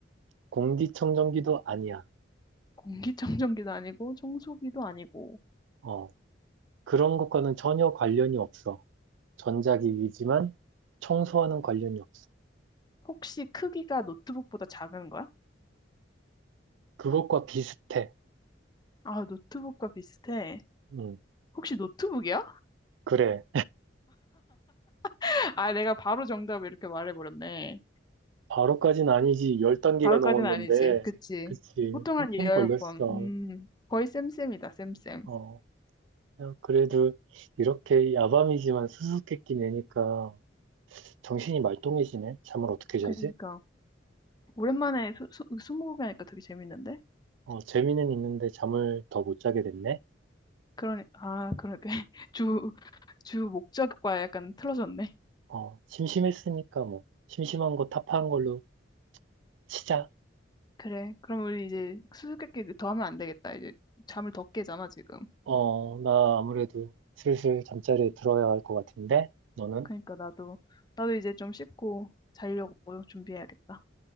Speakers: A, on the right; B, on the left.
A: 공기청정기도 아니야.
B: 공기청정기도 아니고 청소기도 아니고.
A: 어, 그런 것과는 전혀 관련이 없어. 전자기기지만 청소하는 관련이 없어.
B: 혹시 크기가 노트북보다 작은 거야?
A: 그것과 비슷해.
B: 아, 노트북과 비슷해.
A: 음,
B: 혹시 노트북이야?
A: 그래.
B: <laughs> 아, 내가 바로 정답을 이렇게 말해버렸네.
A: 바로까진 아니지. 10단계가
B: 바로까지는
A: 넘었는데.
B: 아니지. 그치.
A: 그치.
B: 보통
A: 한참
B: 한 열
A: 걸렸어.
B: 번. 음, 거의 쌤쌤이다, 쌤쌤.
A: 어, 야, 그래도 이렇게 야밤이지만 수수께끼 내니까 정신이 말똥해지네. 잠을 어떻게 자지?
B: 그니까. 오랜만에 수, 수, 스무고개 하니까 되게 재밌는데?
A: 어, 재미는 있는데 잠을 더 못 자게 됐네.
B: 그러니, 아, 그러게. <laughs> 주, 주 목적과 약간 틀어졌네.
A: 어, 심심했으니까 뭐, 심심한 거 타파한 걸로 치자.
B: 그래. 그럼 우리 이제 수수께끼 더 하면 안 되겠다. 이제 잠을 더 깨잖아, 지금.
A: 어, 나 아무래도 슬슬 잠자리에 들어야 할 것 같은데? 너는?
B: 그니까 나도, 나도 이제 좀 씻고 자려고 준비해야겠다.